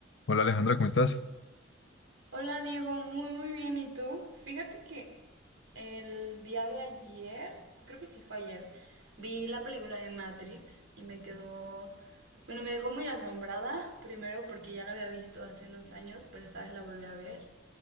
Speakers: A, on the left (about 70°); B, on the right (about 85°).
A: Hola Alejandra, ¿cómo estás?
B: Hola Diego, muy muy bien. ¿Y tú? Fíjate que el día de ayer, creo que sí fue ayer, vi la película de Matrix y me quedó, bueno, me dejó muy asombrada, primero porque ya la había visto hace unos años, pero esta vez la volví a ver.